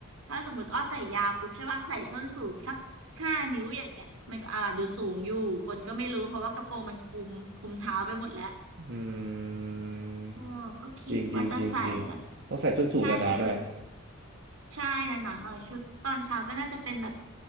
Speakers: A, on the right; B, on the right.
A: ถ้าสมมติอ้อใส่ยาวปุ๊บใช่ปะใส่ส้นสูงสักห้านิ้วอย่างเงี้ยมันก็อ่าดูสูงอยู่คนก็ไม่รู้เพราะว่ากระโปรงมันคุมคุมเท้าไปหมดแล้ว
B: อืม
A: โออก็คิดว่าจะใส่แบบ
B: จริงจริงจริงจริง ต้องใส่ส้นสูงหนาๆหน่อย
A: ใช่แต่ชุดใช่หนาๆหน่อยชุดตอนเช้าก็น่าจะเป็นแบบ